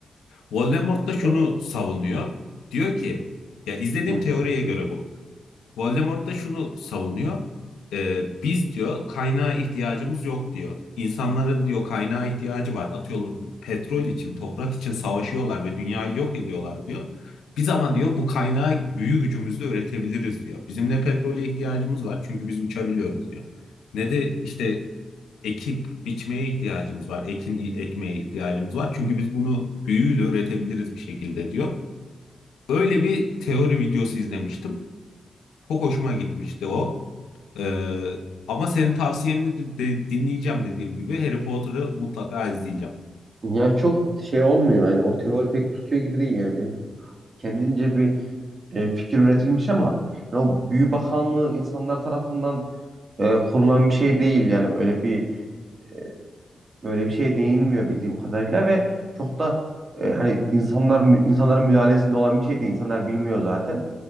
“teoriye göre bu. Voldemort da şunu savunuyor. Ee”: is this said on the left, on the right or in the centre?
Left